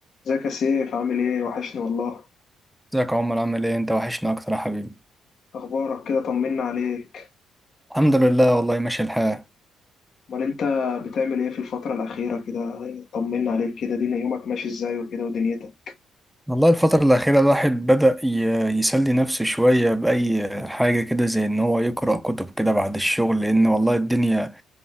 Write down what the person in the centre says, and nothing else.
ازيك يا عمر عامل ايه انت وحشنا اكتر يا حبيبي
الحمد لله والله ماشي الحال
والله الفترة الأخيرة الواحد بدأ ي- يسلي نفسه شوية بأي حاجة كده زي إن هو يقرأ كتب كده بعد الشغل لأن والله الدنيا